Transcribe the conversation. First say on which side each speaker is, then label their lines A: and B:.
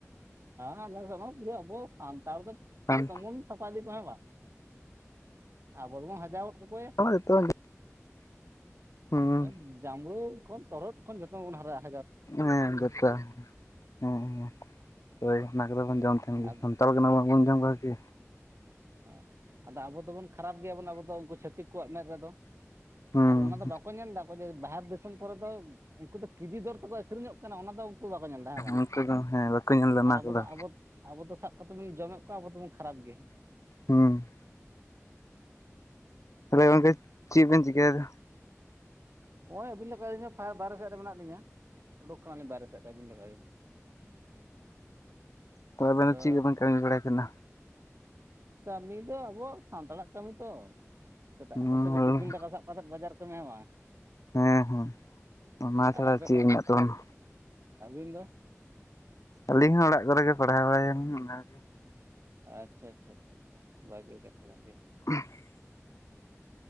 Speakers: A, on the right (about 55°); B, on the left (about 80°).
A: ᱦᱮᱸ ᱟᱞᱥᱮᱱ ᱦᱚᱸ ᱯᱩᱨᱟᱹ ᱟᱵᱚ ᱥᱟᱱᱛᱟᱲ ᱫᱚ
B: ᱵᱟᱝ?
A: ᱡᱷᱚᱛᱚᱢ ᱵᱚᱱ ᱥᱟᱯᱷᱟ ᱫᱤ ᱠᱚᱣᱟ ᱦᱮᱸ ᱵᱟᱝ᱾ ᱟᱵᱚ ᱫᱚᱵᱚᱱ ᱦᱟᱡᱟᱣ ᱜᱚᱫ ᱠᱟᱠᱚᱣᱟᱭᱟ᱾
B: ᱡᱚᱛᱚ ᱦᱩᱸ
A: <unintelligible> ᱡᱟᱢᱲᱳ ᱠᱷᱚᱱ ᱛᱚᱨᱦᱚᱫ ᱠᱷᱚᱱ ᱡᱷᱚᱛᱚᱢ ᱵᱚᱱ ᱦᱟᱨᱟᱜᱼᱟ
B: ᱦᱮᱸ ᱡᱷᱚᱛᱚ ᱦᱮᱸ ᱦᱮᱸ ᱦᱳᱭ ᱚᱱᱟ ᱠᱚᱫᱚ ᱵᱚᱱ ᱡᱚᱢ ᱛᱟᱦᱮᱱ ᱜᱮᱭᱟ
A: ᱟᱫ
B: ᱥᱟᱱᱛᱟᱲ ᱠᱟᱱᱟ ᱵᱚᱱ ᱵᱟᱵᱚᱱ ᱡᱚᱢ ᱠᱚᱣᱟ ᱠᱤ
A: ᱦᱮᱸ ᱟᱫᱚ ᱟᱵᱚ ᱫᱚᱵᱚᱱ ᱠᱷᱟᱨᱟᱯ ᱜᱮᱭᱟ ᱵᱚᱱ ᱟᱵᱚ ᱫᱚ ᱩᱱᱠᱩ ᱪᱷᱟᱹᱛᱤᱠ ᱠᱚᱣᱟᱜ ᱢᱮᱸᱫ ᱨᱮ ᱫᱚ
B: ᱦᱩᱸ
A: ᱟᱨ ᱚᱱᱟ ᱫᱚ ᱵᱟᱠ ᱠᱚ ᱧᱮᱞ ᱫᱟᱠᱚ ᱡᱮ ᱵᱟᱦᱟᱨ ᱫᱤᱥᱚᱢ ᱠᱚᱨᱮ ᱫᱚ ᱩᱱᱠᱩ ᱫᱚ ᱠᱮᱡᱤ ᱫᱚᱨ ᱛᱮᱠᱚ ᱟᱹᱠᱷᱨᱤᱧᱚᱜ ᱠᱟᱱᱟ ᱚᱱᱟ ᱫᱚ ᱩᱱᱠᱩ ᱫᱚ ᱵᱟᱠᱚ ᱧᱮᱞ ᱫᱟ ᱦᱮᱸ ᱵᱟᱝ
B: ᱩᱱᱠᱩ ᱫᱚ ᱦᱮᱸ ᱵᱟᱠᱚ ᱧᱮᱞ ᱞᱮᱫᱟ ᱚᱱᱟ
A: ᱟᱨ ᱟᱵᱚ
B: ᱠᱚᱫᱚ
A: ᱫᱚ ᱟᱵᱚ ᱟᱵᱚ ᱫᱚ ᱥᱟᱵ ᱠᱟᱛᱮᱫ ᱵᱚᱱ ᱡᱚᱢᱮᱫ ᱠᱚᱣᱟ ᱟᱵᱚ ᱫᱚᱵᱚᱱ ᱠᱷᱟᱨᱟᱯ ᱜᱮᱭᱟ᱾
B: ᱦᱚᱸ ᱛᱟᱦᱚᱞᱮ ᱜᱚᱢᱠᱮ ᱪᱮᱫ ᱵᱮᱱ ᱪᱤᱠᱟᱹᱭᱮᱫᱟ?
A: ᱦᱚᱜ-ᱚᱭ ᱟᱹᱵᱤᱱ ᱞᱮᱠᱟ ᱟᱞᱤᱧ ᱦᱚᱸ ᱯᱟᱭᱟᱨ ᱵᱟᱭᱨᱮ ᱥᱮ ᱨᱮ ᱢᱮᱱᱟᱜ ᱞᱤᱧᱟ ᱳᱰᱳᱠ ᱠᱟᱱᱟᱞᱤᱧ ᱵᱟᱭᱨᱮ ᱥᱮᱫ ᱨᱮ ᱟᱹᱵᱤᱱ ᱞᱮᱠᱟ ᱜᱮ᱾
B: ᱛᱚᱵᱮ ᱟᱵᱤᱱ
A: ᱟᱫᱚ
B: ᱫᱚ ᱪᱤᱫ ᱠᱚᱵᱤᱱ ᱠᱟᱢᱤ ᱵᱟᱲᱟᱭ ᱠᱟᱱᱟ?
A: ᱠᱟᱢᱤ ᱫᱚ ᱟᱵᱚᱣᱟᱜ ᱥᱟᱱᱛᱟᱲᱟᱜ ᱠᱟᱢᱤ ᱛᱚ ᱥᱮᱛᱟᱜ
B: ᱦᱩᱸ
A: ᱟᱠᱟᱱ ᱥᱮ ᱴᱤᱯᱷᱤᱱ ᱫᱟᱠᱟ ᱥᱟᱵ ᱠᱟᱛᱮᱫ ᱵᱟᱡᱟᱨ ᱠᱟᱢᱤ ᱦᱮᱸ ᱵᱟᱝ᱾
B: ᱦᱮᱸ ᱦᱮᱸ ᱚᱱᱟ ᱪᱷᱟᱲᱟ
A: ᱟᱨ ᱟᱵᱮ
B: ᱪᱮᱫ
A: ᱠᱚ
B: ᱢᱮᱱᱟᱜ ᱛᱟᱵᱚᱱᱟ
A: ᱟᱵᱤ ᱟᱵᱤᱱ ᱫᱚ
B: ᱟᱹᱞᱤᱧ ᱦᱚᱸ ᱚᱲᱟᱜ ᱠᱚᱨᱮᱜ ᱜᱮ ᱯᱟᱲᱦᱟᱣ ᱵᱟᱲᱟᱭᱟᱞᱤᱧ ᱚᱱᱟ ᱜᱮ᱾
A: ᱟᱪᱪᱷᱟ ᱟᱪᱪᱷᱟ ᱟᱪᱪᱷᱟ ᱟᱪᱪᱷᱟ ᱵᱷᱟᱹᱜᱮ ᱠᱟᱛᱷᱟ ᱠᱟᱱ ᱜᱮᱭᱟ᱾
B: <unintelligible>